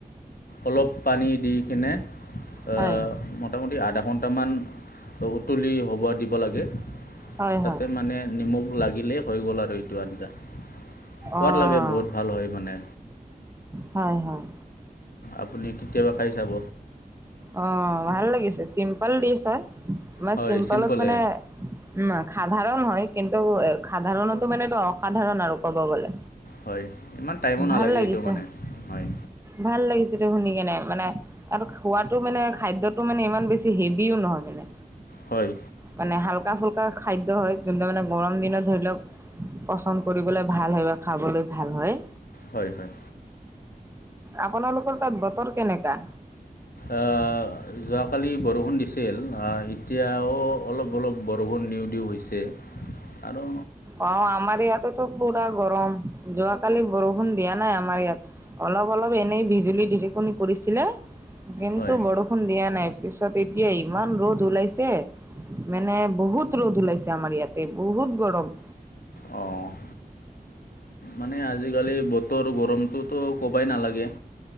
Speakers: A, on the left; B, on the right.
A: অলপ পানী দি কেনে অঁ'-
B: হয়,
A: মোটামুটি আধা ঘণ্টামান উতলি হ'ব দিব লাগে।
B: হয়,
A: তাতে
B: হয়,
A: মানে নিমখ লাগিলেই হৈ গ'ল আৰু এইটো আঞ্জা। সোৱাদ
B: অ',
A: লাগে বহুত ভাল হয় মানে।
B: হয় হয়।
A: আপুনি কেতিয়াবা খাই চাব।
B: অঁ' ভাল লাগিছে, চিম্পল দিছ হয়, তোমাৰ
A: হয়
B: চিম্পলত
A: ছিম্পলে
B: মানে উমঁ' সাধাৰণ হয় কিন্তু সাধাৰণতো মানে এইটো অসাধাৰণ আৰু ক'ব গ'লে।
A: হয়, ইমান টাইমো নালাগে
B: ভাল লাগিছে,
A: এইটো মানে হয়।
B: ভাল লাগিছিলো শুনি কেনে মানে আৰু খোৱাটো মানে খাদ্যটো মানে ইমান বেছি হেভিও নহয় মানে।
A: হয়।
B: মানে হালকা ফুল্কা খাদ্য হয় যোনটো মানে গৰম দিনত ধৰি লওক পচন্দ কৰিবলৈ ভাল হয় বা খাবলৈ ভাল হয়।
A: হয়, হয়।
B: আপোনালোকৰ তাত বতৰ কেনেকা?
A: আ, যোৱাকালি বৰষুণ দিছিল। আ, এতিয়াও অলপ অলপ বৰষুণ দিউ দিউ হৈছে আৰু
B: অ', আমাৰ ইয়াতোতো পুৰা গৰম। যোৱাকালি বৰষুণ দিয়া নাই আমাৰ ইয়াত। অলপ অলপ এনেই বিজুলী ঢেৰেকণি কৰিছিলে। কিন্তু
A: হয়
B: বৰ ষুণ দিয়া নাই। পিছত এতিয়া ইমান ৰ'দ ওলাইছে। মানে বহুত ৰ'দ ওলাইছে আমাৰ ইয়াতে, বহুত গৰম।
A: অ'। মানে আজিকালি বতৰ গৰমটোতো ক'বাই নালাগে।